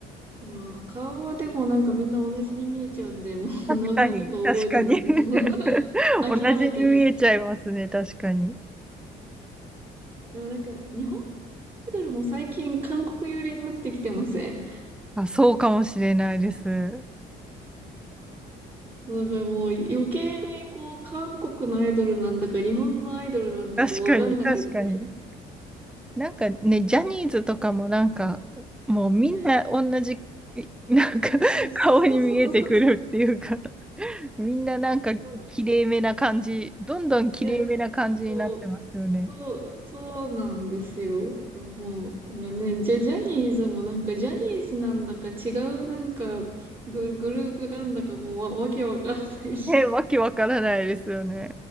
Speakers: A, on the right; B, in the centre.
A: うん顔はでもなんかみんな同じに見えちゃうんで、もう
B: 確かに、
A: <laughs> 名前とか覚えるのももう
B: 確かに <laughs>
A: <laughs> 諦めてる。
B: 同じに見えちゃいますね、確かに。
A: でもなんか日本アイドルも最近韓国寄りになってきてません
B: あ、そうかもしれないです。
A: そう、<laughs> だからもう余計にこう韓国のアイドルなんだか日本のアイドルなんだかわかんなくって。
B: 確かに、確かに。なんかね、ジャニーズとかもなんか、もうみんな同じ、
A: はい
B: <laughs> なんか <laughs>
A: そうそうそうそうそ
B: 顔に見えてくるっていうか、<laughs> みんななんか綺麗めな感じ、
A: う。
B: どんどん綺麗めな感じになってますよね。
A: いや、そう、そう、そうなんですよ。もう、なんかね、じゃ、ジャニーズもなんかジャニーズなんだか違うなんかグ、グループなんだかもうわ、わけわかんないし。
B: ね、わけわからないですよね。